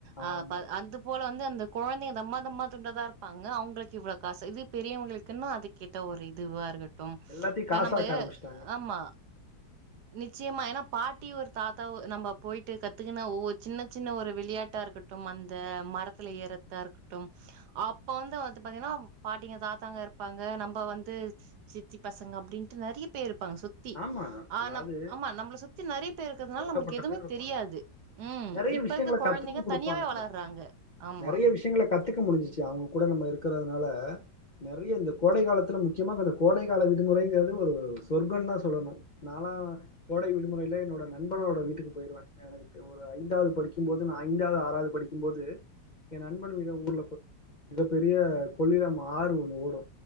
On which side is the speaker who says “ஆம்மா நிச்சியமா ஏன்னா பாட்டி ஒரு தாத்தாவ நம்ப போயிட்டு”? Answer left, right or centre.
Right